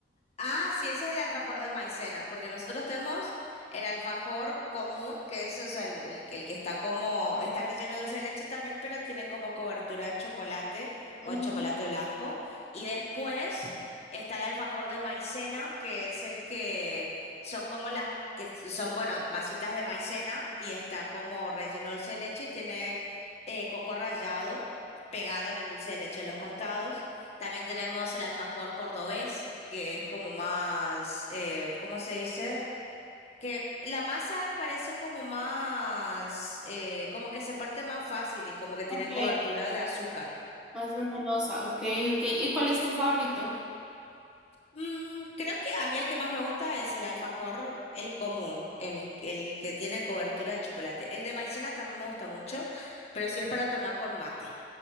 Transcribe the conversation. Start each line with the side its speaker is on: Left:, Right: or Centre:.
Left: Ah, sí, ese es el alfajor de maicena, porque nosotros tenemos el alfajor común, que es, o sea, el, el- el que está como, está relleno de dulce de leche también, pero tiene como cobertura de chocolate
Centre: Ujú,
Left: o de chocolate blanco. Y después está el alfajor de maicena, que es el que son como las, que son, bueno, masitas de maicena y está como relleno de dulce de leche y tiene eh, coco rallado pegado en el dulce de leche en los costados. También tenemos el alfajor cordobés, que es como más, eh, ¿cómo se dice? Que la masa parece como más, eh, como que se parte más fácil y como que tiene
Centre: Ok,
Left: cobertura de azúcar.
Centre: más venenosa, ok, ok. ¿Y cuál es tu favorito?
Left: Mm, creo que a mí el que más me gusta es el alfajor, el común, el, el que tiene cobertura de chocolate. El de maicena también me gusta mucho, pero si es para tomar con mate.